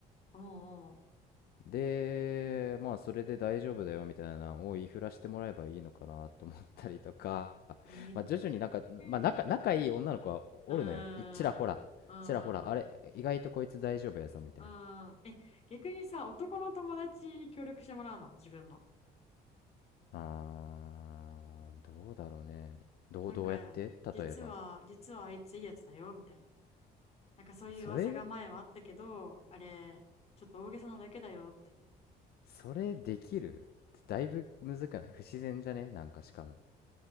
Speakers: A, on the left; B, on the left.
A: おうお
B: で、まあ、それで大丈夫だよみたいなのを言いふらしてもらえばいいのかなと思ったりとか、<laughs>
A: うえ
B: まあ、徐々になんか、まあ、
A: えー
B: 仲、仲いい女の子はおるのよ。
A: うーんうんうん
B: いちらほら、ちらほら、あれ、意外とこいつ大丈夫やぞみたいな。
A: うんうんえ逆にさ男の友達に協力してもらうのは自分の
B: あー、どうだろうね。どう、
A: なんか実は実はあいついいやつだよみたいな
B: どうやって例えば。
A: なんかそういう噂が前はあったけどあれちょっと大げさなだけだよって
B: それ、それできるだいぶむずくない不自然じゃねなんかしかも。